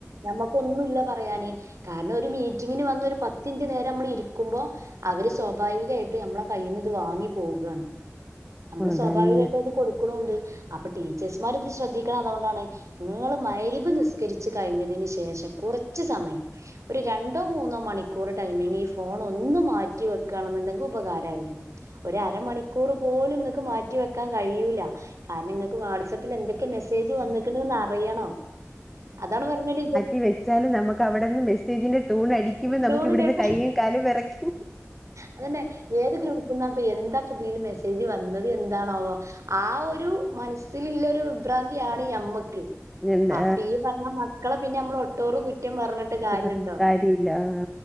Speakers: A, on the right; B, in the centre.
A: ഞമ്മക്കൊന്നുല്ല പറയാന് കാരണം ഒര മീറ്റിങ്ങിന് വന്ന് ഒര് പത്തിൻറ്റ് നേരമ്മള് ഇരിക്കുമ്പോ അവര് സ്വാഭാവികായി യിട്ട് ഞമ്മളെ കയ്യിന്ന്ത് വാങ്ങി പോകാണ് ഞമ്മള്
B: അതന്നെ
A: സ്വാഭാവികായ്ട്ടത് കൊ ക്ക്ന്നുണ്ട് അപ്പൊ ടീച്ചേഴ്സ്മാര്ത് ശ്രദ്ധിക്കണതാേണ്ടാണ് ങ്ങള് മഹ്രിബ് നിസ്കരിച്ച് കയ്ഞ്ഞതിന് ശേ ശേഷം കൊറച്ച് സമയം ഒര് രണ്ടോ മൂന്നോ മണിക്കൂർ ടൈമിന് ഈ ഫോണ്ടെന്ന് മാറ്റിവെ ക്കാണ്ന്ന്ണ്ടെങ്ക് ഉപകാരായിര്ന്നു ഒരർമണിക്കൂർ പോലും ഇങ്ങക്ക് മാറ്റി വെക്കാൻ കഴ്യൂല കാരണം ഇങ്ങക്ക് വാട്സപ്പ്ല് എന്തൊക്കെ മെസ്സേജ് വന്ന്ക്ക്ണ്ന്ന് അറിയണം അതാണ് പർഞ്ഞാേല്
B: ഈ വെച്ചാലും നമുക്ക് അവിടെന്ന് മെസ്സേജിന്റെ ടൂൺ അടിക്കുമോ നമുക്ക്
A: ട്യൂണ്
B: ഇവിടുന്ന്
A: കേക്ക
B: കയ്യും കാലും വിറക്കും
A: അതന്നെ ഏത് ഗ്രൂപ്പ്ന്നാപ്പ എ ന്താ പ്പതീല് മെസ്സേജ് വന്നത് എന്താണാവോ ആ ഒരു മനസ്സില്ല്ലൊരു വിഭ്രാന്തിയാണ് ഞമ്മക്ക്
B: എന്താ
A: അപ്പൊ ഈ പർഞ്ഞ മക്കളെ പിന്നെ നമ്മളൊട്ടോറും കു റ്റം പർഞ്ഞിട്ട് കാര്യണ്ടോ
B: പറഞ്ഞിട്ട് കാര്യല്ല ആ